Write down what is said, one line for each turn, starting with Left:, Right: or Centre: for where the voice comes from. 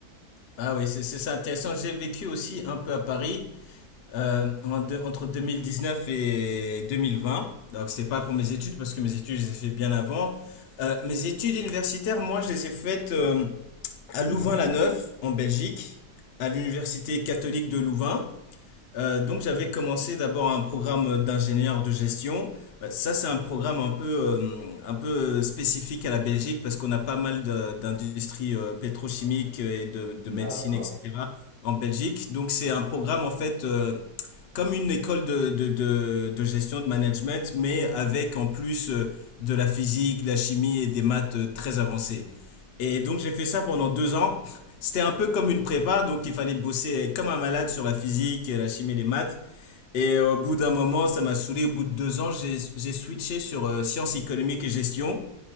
Left: Ah oui, c'est c'est- c'est intéressant. J'ai vécu aussi un peu à Paris euh, en deux- entre neuf et 2020. Donc c'était pas pour mes études parce que mes études je les ai faites bien avant. Euh, mes études universitaires, moi je les ai faites euh, à
Right: Mhm,
Left: Louvain-la-Neuve en Belgique, à l'université catholique de Louvain. Euh, donc
Right: mhm.
Left: j'avais commencé d'abord un programme d'ingénieur de gestion. Bah, Ça, c'est un programme un peu, euh, un peu spécifique à la Belgique parce qu'on a pas mal de- d'industries euh, pétrochimiques et de, de
Right: D'accord.
Left: médecine, etc. en Belgique. Donc c'est un programme en fait euh, comme une école de, de, de, de gestion, de management, mais avec en plus euh, de la physique, de la chimie et des maths euh, très avancées. Et donc j'ai fait ça pendant deux ans. C'était un peu comme une prépa, donc il fallait bosser comme un malade sur la physique, la chimie, les maths. Et euh, au bout d'un moment, ça m'a saoulé. Au bout de deux ans, j'ai j'ai switché sur euh, sciences économiques et gestion.